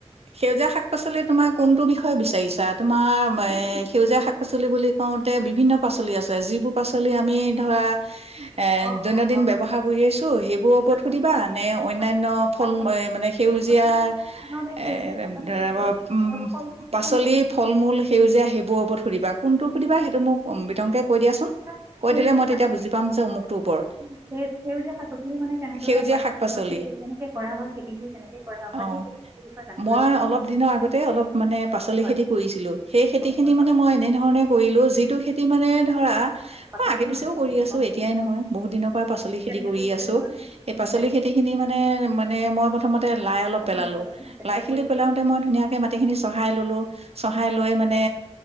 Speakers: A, on the right; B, on the right.
A: সেউজীয়া শাক পাচলি তোমাৰ কোনটো বিষয়ে বিচাৰিছা? তোমাৰ এই,
B: যিকোনো
A: সেউজীয়া শাক পাচলি বুলি কওঁতে বিভিন্ন পাচলি আছে, যিবোৰ পাচলি আমি ধৰা এ,
B: অঁ
A: দৈনন্দিন
B: অঁ অঁ
A: ব্যৱহাৰ কৰি আহিছোঁ, সেইবোৰৰ ওপৰত
B: শাক
A: সুধিবা
B: পাচলি
A: নে, অন্যান্য
B: শাক
A: ফল
B: শাক পাচলি
A: মানে সেউজীয়া
B: শাক পাচলি বুলি সাধাৰণতে
A: <unintelligible>
B: সেউজীয়া শাক পাচলি ধৰক ধৰক
A: পাচলি
B: ফল নহয়
A: ফল-মূল। সেউজীয়া সেইবোৰৰ ওপৰত সুধিবা, কোনটো সুধিবা সেইটো মোক ও, বিতংকে কৈ দিয়াচোন?
B: সেউজীয়া
A: কৈ দিলে
B: শাক
A: মই তেতিয়া বুজি পাম যে, অমুকটো ওপৰত।
B: সেই সেউজীয়া শাক পাচলি মানে কেনেদৰে
A: সেউজীয়া
B: কৰা
A: শাক-পাচলি?
B: হয় মানে কেনেকৈ কৰা হয় খেতিবোৰ কেনেকৈ কৰা হয়
A: অ'।
B: সেই বিষয়ে জানিবলৈ
A: মই অলপ দিনৰ আগতে, অলপ মানে পাচলি
B: হয়
A: খেতি কৰিছিলো। সেই খেতি খিনি
B: হয়
A: মানে মই এনেধৰণে কৰিলোঁ, যিটো খেতি মানে ধৰা,
B: পাচলিবোৰ
A: মই আগে পিছেও
B: নাছে মানে
A: কৰি আছোঁ,
B: গম
A: এতিয়াই নহয়। বহুত দিনৰ পৰা পাচলি খেতি
B: কেনেকৈ
A: কৰি
B: কৰিব
A: আছোঁ।
B: লাগে বাৰু সেইখিনি
A: এই পাচলি
B: বুজাই
A: খেতিখিনি মানে, মানে মই প্ৰথমতে আই
B: দিলে
A: অলপ পেলালোঁ।
B: গম পোৱা যায় ন কেনেকৈ
A: লাই খেলি
B: কৰিব
A: পেলাওঁতে
B: লাগে
A: মই ধুনীয়াকে মাটিখিনি চহাই ললোঁ, চহাই লৈ মানে